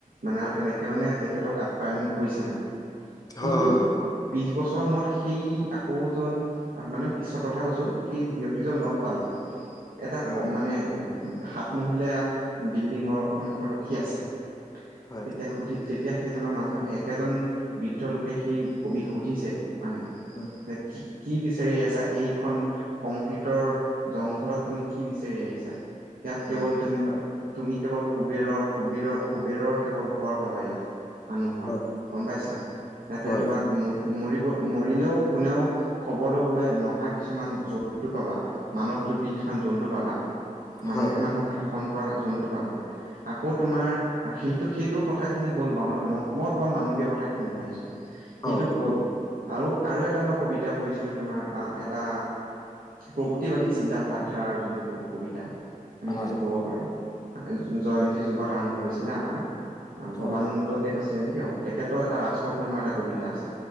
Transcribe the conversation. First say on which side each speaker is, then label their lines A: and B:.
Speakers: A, on the right; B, on the left.
A: মানে আৰু তেনেকে মানে তেখেতক আপ্যয়ন কৰিছে মানে। কিন্তু
B: হয় হয় হয়
A: বিশ বছৰ মূৰত সেই আকৌ জন মানে পিছত কথা কৈছো। সেই ব্যক্তিজন
B: উম
A: লগ পালে এটা
B: উম
A: ক মানে সাত মহলীয়া বিল্ডিঙৰ সন্মুখত ৰখি আছে।
B: হয়
A: তেতিয়া সুধি তেতিয়া সেইজনৰ মানুহজন একেজন বৃদ্ধ লোকে সেই কবিক সুধিছে মানে
B: উম
A: যে কি কি বিচাৰি আছা? এইখন কংক্ৰিটৰ জংঘলত তুমি কি বিচাৰি আহিছা? ইয়াত কেৱল
B: উম
A: তুমি পা তুমি কেৱল কুবেৰৰ কুবেৰৰ কুবেৰৰ কেৱল ঘৰ পাবা ইয়াত। মানুহৰ
B: হয়
A: গম পাইছা ইয়াতে
B: হয়
A: তোমাক মোৰ মৰিব মৰিলেও কোনেও খবৰ লবলৈ নহা কিছুমান জন্তু পাবা। মানৱ জুপি কিছুমান জন্তু পাবা। মানুহে
B: হয় হয় হয়।
A: মানুহক শাস কৰা জন্তু পাবা আকৌ তোমাৰ সেইটো সেইটো কথা খিনি গ'ল বাউ মই মই মানৱীয় কথা খিনিলে আহিছো, সেইটো
B: অ
A: গ'ল। আৰু আৰু এটা মই কবিতা পঢ়িছিলো, তোমাৰ আহ এটা প্ৰগতিবাদী চিন্তা ধা ধাৰাৰ যোনটো কবিতা। আমি
B: হয়
A: যোনটো কব পাৰো, জয়ন্তী যুগত আৰম্ভ হৈছিলে আমাৰ।
B: হয়
A: ভবানন্দ দেৱ আছিলে নেকি অ' তেখেতৰ এটা ৰাজপথ নামৰ এটা কবিতা আছে।